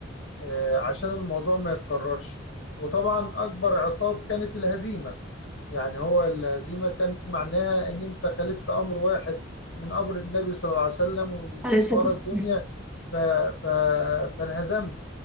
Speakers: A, on the left; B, in the centre.
A: آه، عشان الموضوع ما يتكررش وطبعا أكبر عقاب كانت الهزيمة يعني هو الهزيمة كان معناها إن أنت خالفت أمر واحد من أمر النبي صلى الله عليه وسلم ومشيت
B: عليه الصلاة
A: ورا
B: والسلام
A: الدنيا ف... ف... فانهزمت